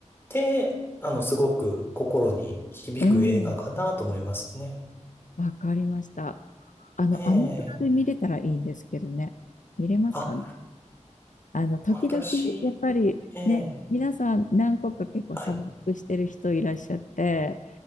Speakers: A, on the left; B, on the left.
A: て、あの、すごく心に響く映画かなと思いますね。
B: うん。わかりました。あの、
A: ええ
B: アマプラで見れたらいいんですけどね。見れますかね。
A: あ、
B: あの、時々、
A: 私、
B: やっぱりね、
A: ええ
B: 皆さん何個か結構サブスクしてる人いらっしゃって、
A: はい。